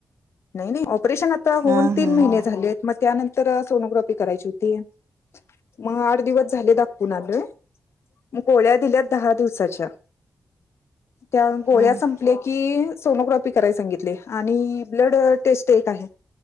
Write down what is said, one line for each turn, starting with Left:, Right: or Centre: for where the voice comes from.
Left: नाही नाही ऑपरेशन आता
Right: हा
Left: होऊन तीन
Right: हा
Left: महिने
Right: हा
Left: झाले आहेत मग त्यानंतर सोनोग्राफी करायची होती. मग आठ दिवस झाले दाखवून आलोय मग गोळ्या दिल्यात दहा दिवसाच्या. त्या गोळ्या
Right: हम्म
Left: सं पले की सोनोग्राफी कराय सांगितले आणि ब्लड टेस्ट एक आहे.